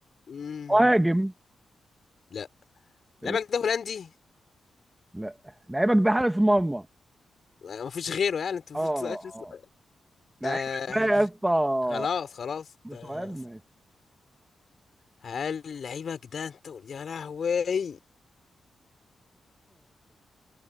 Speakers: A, on the left; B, on the right.
A: مم.
B: مهاجم؟
A: لا
B: إيه؟
A: لعيبك ده هولندي؟
B: لا لعيبك ده حارس مرمى
A: آه، مفيش غيره يعني أنت مفيش
B: اه
A: سؤال-
B: اه لعيبك
A: آه
B: ده يا اسطى
A: خلاص خلاص انت-
B: ده سؤال ماشي
A: هل لعيبك ده انت يا لهوي